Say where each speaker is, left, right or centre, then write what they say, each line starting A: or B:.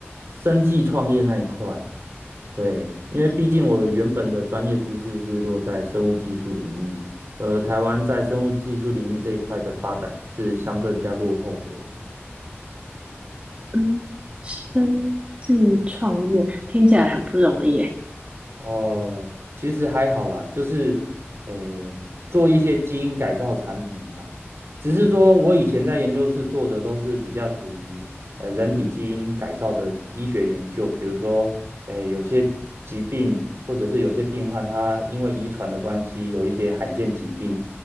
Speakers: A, on the right; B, on the right.
A: 生计创业那一块。对，因为毕竟我原本的专业知识是落在生物技术领域，而台湾在生物技术领域这一块的发展是相对比较落后的。
B: 嗯，生计创业听起来很不容易诶，
A: 哦，其实还好啦，就是诶，做一些基因改造产品啊，只是说我以前在研究室做的都是比较属于呃人体基因改造的医学研究，比如说诶有些疾病或者是有些病患他因为遗传的关系有一些罕见疾病，